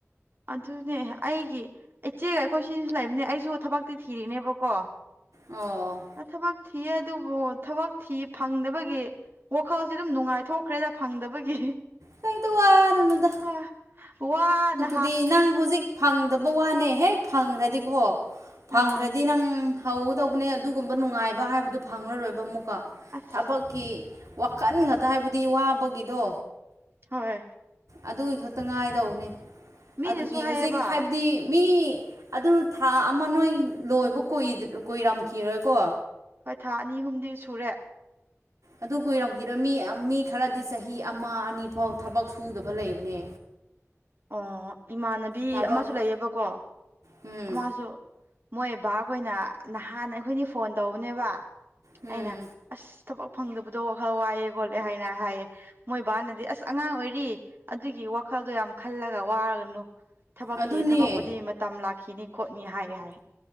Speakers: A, on the right; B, on the right.
A: ꯑꯗꯨꯅꯦ ꯑꯩꯒꯤ ꯏꯆꯦꯒ ꯑꯩꯈꯣꯏ ꯁꯤꯁꯨ ꯂꯩꯕꯅꯦ ꯑꯩꯁꯨ ꯊꯕꯛꯇꯤ ꯊꯤꯔꯤꯅꯦꯕꯀꯣ
B: ꯑꯣ
A: ꯊꯕꯛ ꯊꯤꯌꯦ ꯑꯗꯨꯕꯨ ꯊꯕꯛ ꯊꯤ ꯐꯪꯗꯕꯒꯤ ꯋꯥꯈꯜꯁꯦ ꯑꯗꯨꯝ ꯅꯨꯡꯉꯥꯏꯊꯣꯛꯈ꯭ꯔꯦꯗ ꯐꯪꯗꯕꯒꯤ
B: ꯀꯩꯗ ꯋꯥꯔꯨꯅꯨꯗ
A: ꯑ ꯋꯥ ꯅ
B: ꯑꯗꯨꯗꯤ ꯅꯪ ꯍꯧꯖꯤꯛ ꯐꯪꯗꯕ ꯋꯥꯅꯦ ꯍꯦꯛ ꯐꯪꯈ꯭ꯔꯗꯤꯀꯣ ꯐꯪꯈ꯭ꯔꯗꯤ
A: ꯑꯥ
B: ꯅꯪ ꯍꯧꯒꯗꯧꯕꯅꯦ ꯑꯗꯨꯒꯨꯝꯕ ꯅꯨꯡꯉꯥꯏꯕ ꯍꯥꯏꯕꯗꯨ ꯐꯪꯂꯉꯔꯣꯏꯕ ꯑꯃꯨꯛꯀ
A: ꯑꯁ
B: ꯊꯕꯛꯀꯤ ꯀꯟ ꯉꯥꯛꯇ ꯍꯥꯏꯕꯗꯤ ꯋꯥꯕꯒꯤꯗꯣ
A: ꯍꯣꯏ
B: ꯑꯗꯨꯒꯤ ꯈꯛꯇ ꯉꯥꯏꯗꯧ
A: ꯃꯤꯅꯁꯨ
B: ꯑꯗꯨꯒꯤ
A: ꯍꯥꯏꯌꯦꯕ
B: ꯍꯧꯖꯤꯛ ꯍꯥꯏꯕꯗꯤ ꯃꯤ ꯑꯗꯨ ꯊꯥ ꯑꯃ ꯅꯣꯏ ꯂꯣꯏꯕ ꯀꯨꯏꯔꯝꯈꯤꯔꯣꯏꯀꯣ
A: ꯍꯣꯏ ꯊꯥ ꯑꯅꯤ ꯑꯍꯨꯝꯗꯤ ꯁꯨꯔꯦ
B: ꯑꯗꯨ ꯀꯨꯏꯔꯝꯈꯤꯔꯣꯢ ꯃꯤ ꯃꯤ ꯈꯔꯗꯤ ꯆꯍꯤ ꯑꯃ ꯑꯅꯤ ꯐꯥꯎ ꯊꯕꯛ ꯁꯨꯗꯕ ꯂꯩꯕꯅꯦ
A: ꯑꯣ ꯏꯃꯥꯟꯅꯕꯤ
B: ꯊꯕꯛ
A: ꯑꯃꯁꯨ ꯂꯩꯌꯦꯕꯀꯣ
B: ꯎꯝ
A: ꯑꯃꯁꯨ ꯃꯣꯏ ꯕꯥꯈꯣꯏꯅ ꯅꯍꯥꯟ ꯑꯩꯈꯣꯏꯅꯤ ꯐꯣꯟ ꯇꯧꯕꯅꯦꯕ
B: ꯎꯝ
A: ꯑꯩꯅ ꯑꯁ ꯊꯕꯛ ꯐꯪꯗꯕꯗꯣ ꯋꯥꯈꯜ ꯋꯥꯏꯑꯦ ꯈꯣꯠꯂꯦ ꯍꯥꯏꯅ ꯍꯥꯏꯌꯦ ꯃꯣꯏ ꯕꯥꯅꯗꯤ ꯑꯁ ꯑꯉꯥꯡ ꯑꯣꯏꯔꯤ ꯑꯗꯨꯒꯤ ꯋꯥꯈꯜꯗꯣ ꯌꯥꯝ ꯈꯜꯂꯒ ꯋꯥꯔꯒꯅꯨ ꯊꯕꯛꯀꯤ
B: ꯑꯗꯨꯅꯦ
A: ꯊꯕꯛꯄꯨꯗꯤ ꯃꯇꯝ ꯂꯥꯛꯈꯤꯅꯤ ꯈꯣꯠꯅꯤ ꯍꯥꯏ ꯍꯥꯏ